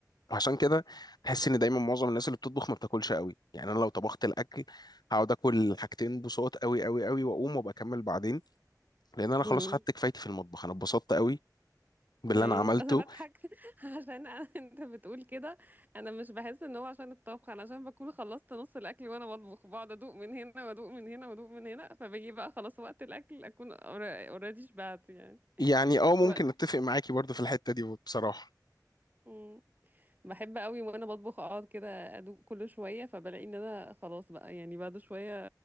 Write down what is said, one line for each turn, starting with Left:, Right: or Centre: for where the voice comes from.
Left: عشان كده تحس ان دايما معظم الناس اللي بتطبخ ما بتاكلش قوي يعني انا لو طبخت الاكل هقعد اكل حاجتين بصوت قوي قوي قوي واقوم وبكمل بعدين لان انا
Right: مم.
Left: خلاص خدت كفايتي في المطبخ انا اتبسطت قوي باللي
Right: ايوه
Left: انا عملته
Right: انا بضحك <laughs> عشان أنا انت بتقول كده انا مش بحس ان هو عشان الطبخ انا عشان بكون خلصت نص الاكل وانا بطبخ بقعد ادوق من هنا وادوق من هنا وادوق من هنا فبيجي بقى خلاص وقت الاكل اكون اوريدي شبعت يعني
Left: يعني اه ممكن
Right: و...
Left: اتفق معاكي برضو في الحتة دي بصراحة
Right: مم. بحب قوي وانا بطبخ اقعد كده ادوق كل شويه فبلاقي ان انا خلاص بقى يعني بعد شويه